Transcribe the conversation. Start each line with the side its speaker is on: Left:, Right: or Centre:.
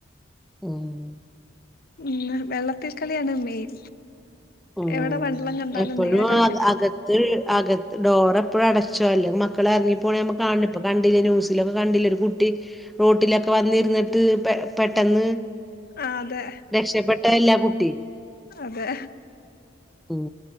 Centre: ഉം
Left: ഇന്ന് വെള്ളത്തിൽ കളിയാണ് മെയിൻ
Centre: ഉം
Left: എവടെ വെള്ളം കണ്ടാലും
Centre: എപ്പോഴും
Left: നേരെ കളിക്കാണ്
Centre: <unintelligible> അകത്ത് ഡോറെപ്പഴും അടച്ചോ അല്ലെങ്കി മക്കളെ എറങ്ങിപ്പോണ നമ്മ കാണണ് ഇപ്പൊ കണ്ടില്ലേ ന്യൂസിലൊക്കെ കണ്ടില്ലേ ഒരു കുട്ടി റോട്ടിലക്കെ വന്നിരുന്നിട്ട് പെ പെട്ടെന്ന്
Left: ആഹ് അതെ
Centre: രക്ഷപ്പെട്ടതല്ലേ ആ കുട്ടി
Left: അതെ
Centre: ഉം